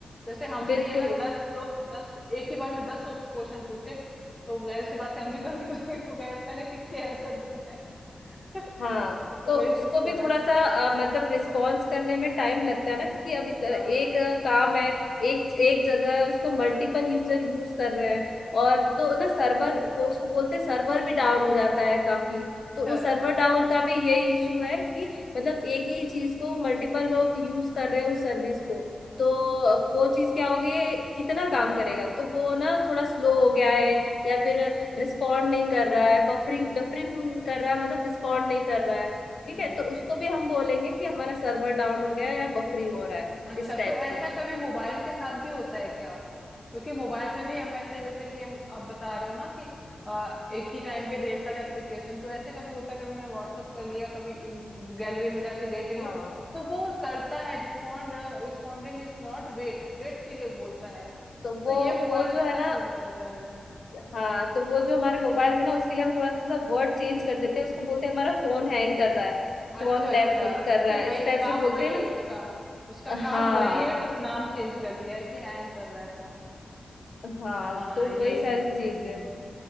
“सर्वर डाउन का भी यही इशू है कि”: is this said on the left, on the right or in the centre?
Left